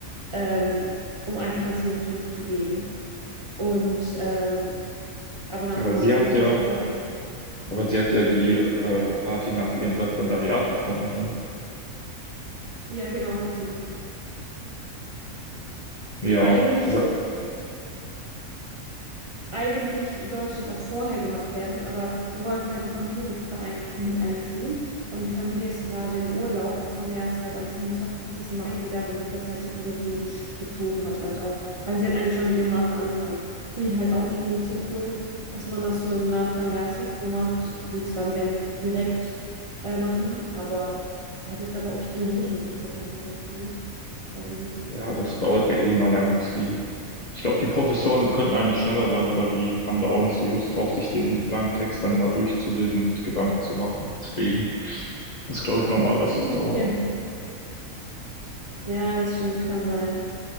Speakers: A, on the right; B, on the left.
A: Ähm, um einfach das wieder zurückzugeben. Und ähm, aber nach
B: Ja, Aber
A: dem Master
B: sie hat
A: wird
B: ja,
A: bestimmt nochmal.
B: aber sie hat ja die äh, Party nach ihrem Referendariat bekommen, oder nicht?
A: Ja, genau, hat sie.
B: Ja,
A: Eigentlich
B: oder
A: Eigentlich sollte das auch vorher gemacht werden, aber wir wollten halt die Familie mit, beein- mit einziehen. Und die Familie ist gerade im Urlaub und die kommen erst halt am fünfundzwanzigsten Mai wieder, wie- weshalb sich das jetzt so gesch- gezogen hat halt auch. Weil sie hat eigentlich schon mit ihrem Master angefangen. Finde ich halt auch irgendwie nicht so cool, dass man das so im Nachgang erst so macht. Ich würde es dann, wenn, direkt äh, machen, aber ja, sie hat aber auch ihre Note noch nicht bekommen tatsächlich, ne? Ich glaube nicht.
B: ja, das dauert ja eh mal lange, bis die Ich glaube, die Professoren könnten eigentlich schneller sein, aber die haben da auch nicht so Lust drauf, sich den langen Text dann immer durchzulesen und sich Gedanken zu machen. Deswegen ist, glaube ich, normal, dass
A: <laughs>
B: das dauert.
A: Ja. Ja, das stimmt, das kann sein.